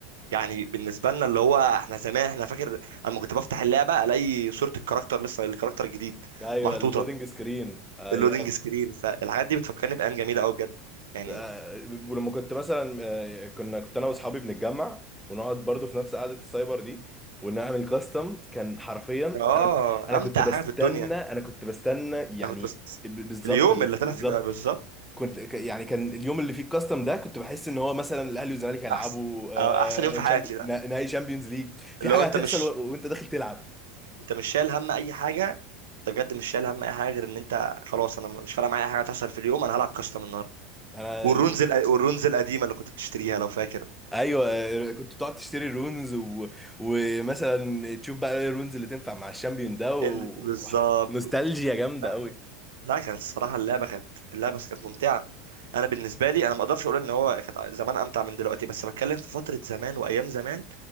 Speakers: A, on the right; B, in the centre.
A: يعني بالنسبة لنا اللي هو احنا زمان احنا فاكر اما كنت بفتح اللعبة الاقي صورة الكاركتر لسه الكاركتر الجديد
B: ايوه
A: محطوطة
B: اللودنج سكرين ايام
A: اللودنج سكرين فالحاجات دي بتفكرني بأيام جميلة قوي بجد يعني
B: آه، ولما كنت مثلا آه، كنا كنت انا واصحابي بنتجمع ونقعد برضو في نفس قعده السايبر دي ونعمل كاستم كان حرفيا
A: اه
B: انا انا
A: امتع
B: كنت بستنى
A: حاجة في الدنيا
B: انا كنت بستنى يعني
A: انا كنت بس
B: ب- بالظبط
A: اليوم
B: اللي-
A: اللي طلع
B: بالظبط
A: في بالظبط
B: كنت ك- يعني كان اليوم اللي فيه الكاستم ده كنت بحس ان هو مثلا الاهلي والزمالك هيلعبوا
A: احسن
B: آه،
A: آه، احسن يوم في حياتي
B: شامبي-
A: ده
B: نا- نهائي شامبيونز ليج في
A: اللي
B: حاجه
A: هو انت
B: هتحصل
A: مش
B: و- وانت داخل تلعب
A: انت مش شايل هم اي حاجه انت بجد مش شايل هم اي حاجه غير ان انت خلاص انا مش فارق معايا اي حاجه هتحصل في اليوم انا هلعب كاستم النهارده
B: انا
A: والرونز الق...
B: <laughs>
A: والرونز القديمه اللي كنت بتشتريها لو فاكر
B: ايوه آه، كنت تقعد تشتري الرونز و... ومثلا تشوف بقى ايه الرونز اللي تنفع مع الشامبيون ده و...
A: ال... بالظبط
B: نوستالجيا جامده
A: لا
B: قوي
A: لا كانت الصراحه اللعبه كانت اللعبه كانت ممتعه انا بالنسبه لي انا ما اقدرش اقول ان هو كانت زمان امتع من دلوقتي بس بتكلم في فتره زمان وايام زمان